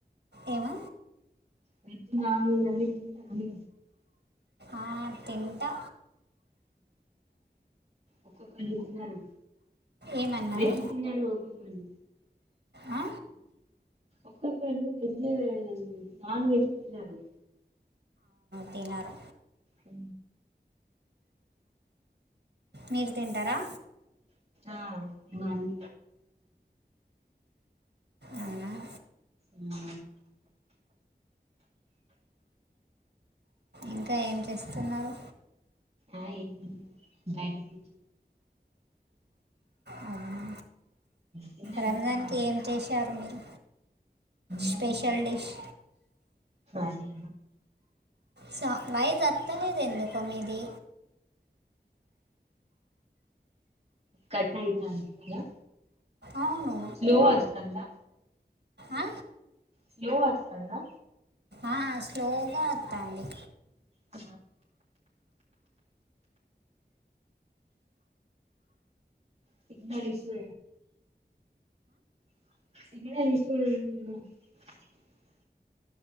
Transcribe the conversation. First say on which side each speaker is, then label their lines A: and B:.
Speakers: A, on the right; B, on the right.
A: ఏమ
B: వెజ్ నాన్ వెజ్ అన్ని తింట అన్ని
A: ఆ, తింటా
B: ఒక్కొక్కళ్ళు తినరు
A: ఏమన్నారు
B: వెజ్ తినరు ఒక్కళు
A: ఆ?
B: ఒక్కొక్కళ్ళు వెజ్ నాన్ వెజ్ తినరు
A: తిన్నారు
B: ఉ
A: మీరు తింటారా
B: ఆ బానే
A: అవునా
B: ఆ
A: ఇంకా ఏం చేస్తున్నారు
B: ఆ ఏంటీ బయట కూ
A: అవునా
B: తిన్నారా
A: రంజాన్కి
B: మరి అన్నం
A: ఏం చేశారు మీరు
B: రంజాన్
A: స్పెషల్ డిష్
B: అదే
A: స వాయిస్ వత్తలేదు ఎందుకో మీది
B: కట్ అయితాంది కదా
A: అవును
B: స్లో వస్తాంద
A: ఆ?
B: స్లో వస్తాందా
A: ఆ, స్లోగా వస్తుంది
B: ఆ సిగ్నల్ ఇష్యూ <unintelligible>